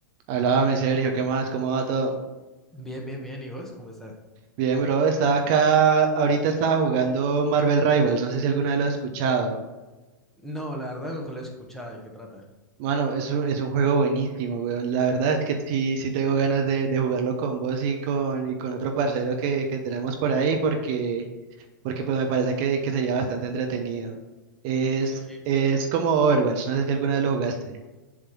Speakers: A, on the right; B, in the centre.
A: Háblame, Sergio, ¿qué más? ¿Cómo va todo?
B: Bien, bien, bien. ¿Y vos cómo estás?
A: Bien, bro, estaba acá, ahorita estaba jugando Marvel Rivals, no sé si alguna vez lo has escuchado.
B: No, la verdad nunca lo he escuchado. ¿De qué trata?
A: Mano, es un, es un juego buenísimo, weón. La verdad es que sí, sí tengo ganas de, de jugarlo con vos y con, y con otro parcero que, que tenemos por ahí porque, porque pues me parece que, que sería bastante entretenido. Es,
B: Sí.
A: es como Overwatch, no sé si alguna vez lo jugaste.